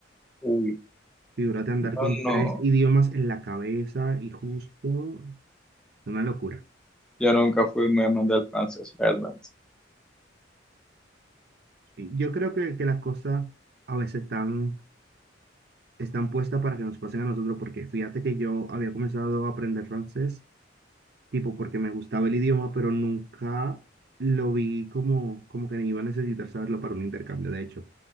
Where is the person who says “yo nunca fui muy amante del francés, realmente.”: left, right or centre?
Centre